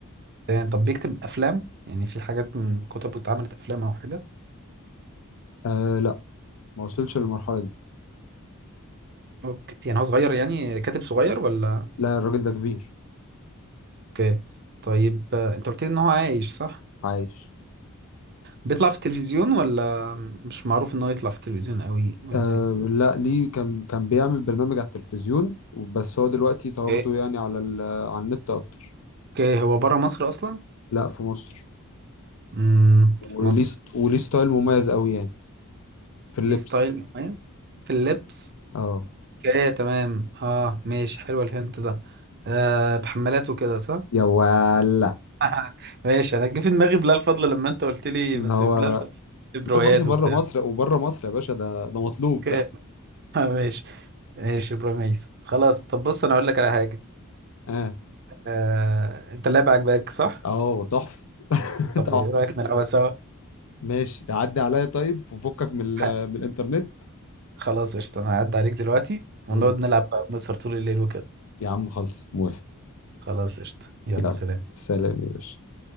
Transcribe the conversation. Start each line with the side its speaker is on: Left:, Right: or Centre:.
Right: تمام طب بيكتب افلام يعني في حاجات من كتب اتعملت افلام او حاجه
Left: آه لا ما وصلش للمرحلة دي
Right: اوكي يعني هو صغير يعني كاتب صغير ولا
Left: لا الراجل ده كبير
Right: اوكي طيب آه، انت قلت لي ان هو عايش صح
Left: عايش
Right: بيطلع في التلفزيون ولا مش معروف ان هو يطلع في التلفزيون قوي ولا
Left: آه
Right: ايه
Left: لا ليه كان كان بيعمل برنامج على التلفزيون بس هو دلوقتي تواجده
Right: اوكي
Left: يعني على ال- على النت اكتر
Right: اوكي هو بره مصر اصلا
Left: لا في مصر
Right: امم
Left: وليه
Right: في مصر
Left: ست- وليه ستايل مميز قوي يعني في اللبس
Right: ليه ستايل معين في اللبس
Left: اه
Right: اوكي تمام اه ماشي حلو الهنت ده آه بحمالات وكده صح
Left: يا ولا
Right: <laughs> ماشي انا جه في دماغي بلال الفضل لما انت قلت لي
Left: ان
Right: بس
Left: هو
Right: بلال الفضل في بروايات
Left: ده الفايس بره
Right: وبتاع
Left: مصر وبره مصر يا باشا ده ده مطلوب
Right: اوكي
Left: ده
Right: <laughs> ماشي ماشي ابراهيم عيسى خلاص طب بص انا اقول لك على حاجه
Left: اه
Right: آه، انت اللعبه عجباك صح
Left: اه تحفه <laughs>
Right: طب
Left: تحفه
Right: ايه رأيك نلعبها سوا
Left: ماشي تعدي عليا طيب وفكك من ال-
Right: ح-
Left: من الانترنت
Right: خلاص قشطة انا هعدي عليك دلوقتي ونقعد
Left: مم.
Right: نلعب بقى ونسهر طول الليل وكده
Left: يا عم خلص موافق
Right: خلاص قشطة يلا
Left: يلا
Right: سلام
Left: سلام يا باشا